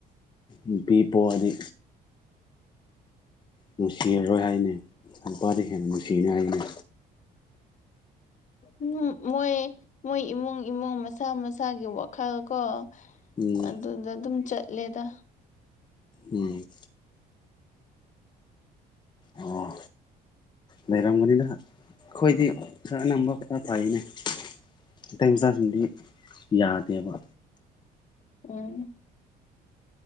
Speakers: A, on the left; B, on the left.
A: ꯅꯨꯄꯤ ꯄꯣꯛꯑꯗꯤ ꯅꯨꯡꯁꯤꯔꯔꯣꯏ ꯍꯥꯏꯅꯤ ꯅꯨꯄꯥꯗ ꯍꯦꯟꯅ ꯅꯨꯡꯁꯤꯅꯤ ꯍꯥꯏꯅꯦ
B: ꯎꯝ ꯃꯣꯏ ꯃꯣꯏ ꯏꯃꯨꯡ ꯏꯃꯨꯡ ꯃꯁꯥ ꯃꯁꯥꯒꯤ ꯋꯥꯈꯜ ꯀꯣ
A: ꯎꯝ
B: ꯑꯗꯨꯗ ꯑꯗꯨꯝ ꯆꯠꯂꯦꯗ
A: ꯎꯝ ꯑꯣ ꯂꯩꯔꯝꯒꯅꯤꯗ ꯑꯩꯈꯣꯏꯗꯤ ꯈꯔ ꯑꯅꯝꯕ ꯈꯔ ꯐꯩꯅꯦ ꯃꯩꯇꯩ ꯃꯆꯥꯁꯤꯡꯗꯤ ꯌꯥꯗꯦꯕ
B: ꯎꯝ